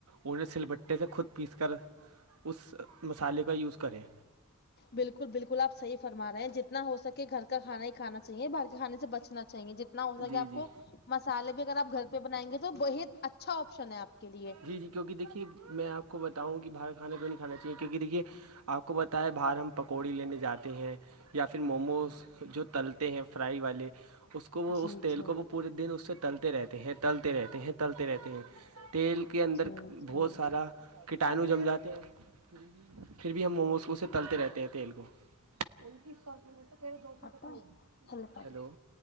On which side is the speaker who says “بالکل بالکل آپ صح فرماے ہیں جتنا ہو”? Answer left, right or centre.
Left